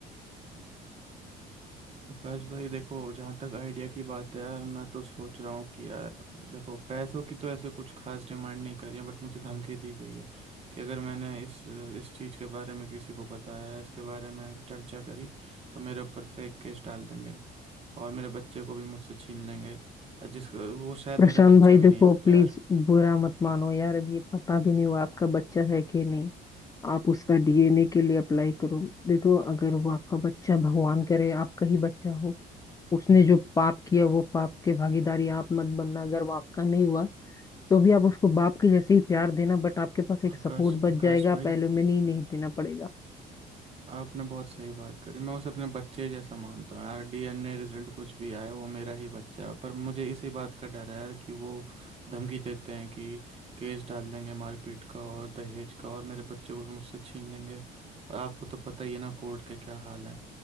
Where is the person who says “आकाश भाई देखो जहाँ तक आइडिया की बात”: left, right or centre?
Right